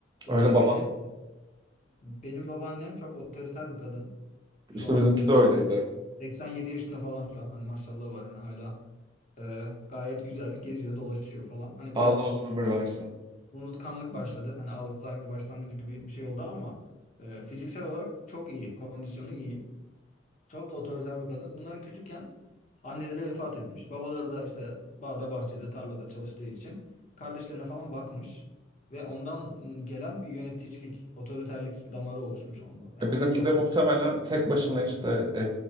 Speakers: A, on the left (about 40°); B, on the right (about 25°).
A: Ya
B: Öyle
A: şöyle
B: babam.
A: Benim babaannem çok otoriter bir kadın. Şu
B: İşte
A: an
B: bizimki
A: e,
B: de öyleydi.
A: 87 yaşında falan şu an. Hani maşallahı var hani hala e, gayet güzel geziyor, dolaşıyor falan. Hani
B: Allah
A: biraz
B: uzun ömür versin.
A: unutkanlık başladı. Hani Alzheimer başlangıcı gibi bir şey oldu ama e, fiziksel olarak çok iyi, kondisyonu iyi. Çok da otoriter bir kadın. Bunların küçükken anneleri vefat etmiş. Babaları da işte bağda, bahçede, tarlada çalıştığı için kardeşlerine falan bakmış. Ve ondan ım, gelen bir yöneticilik, otoriterlik damarı oluşmuş onda. Yani
B: E, Bizimki
A: çok
B: de muhtemelen
A: otoriter.
B: tek başına işte e,